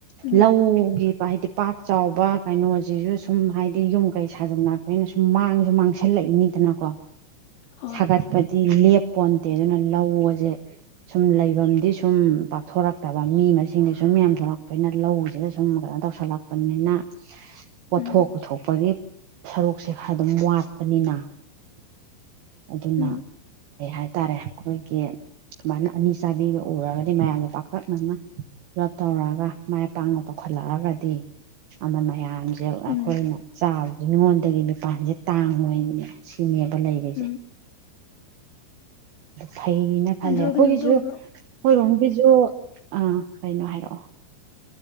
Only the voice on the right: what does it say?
ꯂꯧꯒꯤ ꯍꯥꯏꯗꯤ ꯄꯥꯛ ꯆꯥꯎꯕ ꯀꯩꯅꯣꯁꯤꯁꯨ ꯁꯨꯝ ꯍꯥꯏꯗꯤ ꯌꯨꯝ ꯀꯩ ꯁꯥꯖꯝꯂꯄꯅ ꯁꯨꯝ ꯃꯥꯡꯁꯨ ꯃꯥꯡꯁꯤꯜꯂꯛꯏꯅꯤꯗꯅꯀꯣ
ꯁꯥꯒꯠꯄꯗꯤ ꯂꯦꯞꯄꯣꯟꯇꯦ ꯑꯗꯨꯅ ꯂꯧꯁꯦ ꯁꯨꯝ ꯂꯩꯐꯝꯗꯤ ꯁꯨꯝ ꯄꯥꯛꯊꯣꯔꯛꯇꯕ ꯃꯤ ꯃꯁꯤꯡꯗ ꯁꯨꯝ ꯌꯥꯝ ꯊꯣꯛꯣꯔꯛꯄꯅꯤꯅ ꯂꯧꯁꯤꯗ ꯁꯨꯝ ꯀꯩꯅꯣ ꯇꯧꯁꯜꯂꯛꯄꯅꯤꯅ ꯄꯣꯠꯊꯣꯛ
ꯄꯨꯊꯣꯛꯄꯒꯤ ꯁꯔꯨꯛꯁꯦ ꯈꯔ ꯑꯗꯨꯝ ꯋꯥꯠꯄꯅꯤꯅ ꯑꯗꯨꯅ
ꯀꯩ ꯍꯥꯏꯇꯥꯔꯦ ꯑꯩꯈꯣꯏꯒꯤ ꯁꯨꯃꯥꯏꯅ ꯑꯅꯤ ꯆꯥꯕꯤꯒ ꯎꯔꯒꯗꯤ ꯃꯌꯥꯝꯒ ꯄꯥꯛꯇꯛꯅꯥꯅ ꯄꯨꯂꯞ ꯇꯧꯔꯛꯑꯒ ꯃꯥꯏ ꯄꯥꯛꯅ ꯄꯨꯈꯠꯂꯛꯑꯒꯗꯤ ꯑꯃ ꯃꯌꯥꯝꯁ ꯑꯩꯈꯣꯏꯅ
ꯆꯥꯕꯁ ꯃꯤꯉꯣꯟꯗꯒꯤ ꯃꯤꯄꯥꯟꯁꯦ ꯇꯥꯡꯉꯣꯏꯅꯦ ꯁꯤꯅꯦꯕ ꯂꯩꯔꯤꯁꯦ
ꯐꯩꯅ ꯈꯜꯂꯦ
ꯍꯣꯢꯒꯤꯁꯨ
ꯍꯣꯏꯔꯣꯝꯒꯤꯁꯨ ꯑꯥ ꯀꯩꯅꯣ ꯍꯥꯏꯔꯛꯑꯣ